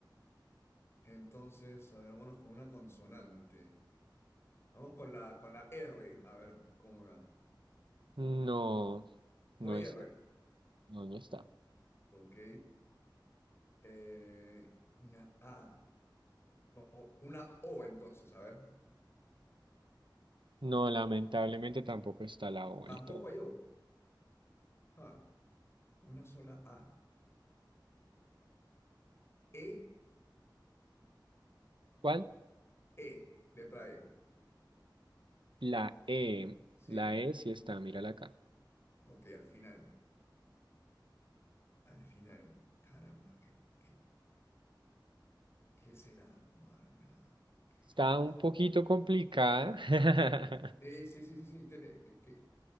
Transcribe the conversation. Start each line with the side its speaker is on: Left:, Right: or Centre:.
Left: Entonces, a ver, vámonos con una consonante. Vamos con la, con la R. A ver, ¿cómo me va?
Right: No,
Left: No
Right: no
Left: hay
Right: está.
Left: R.
Right: No, no está.
Left: Ok. Eh, una A. Vamos, Una O entonces, a ver.
Right: No, lamentablemente tampoco está la O.
Left: Tampoco
Right: el todo.
Left: hay O. Ja, Una sola A. E,
Right: ¿Cuál?
Left: E, letra E.
Right: La E,
Left: Sí.
Right: la E sí está, mírala acá.
Left: Ok, al final. Al final. Caramba, ¿qué, qué, qué será? Juana, ¿qué
Right: Está
Left: es?
Right: un poquito complicada. <laughs>
Left: Eh, sí, sí, sí, sí. tiene- que- que-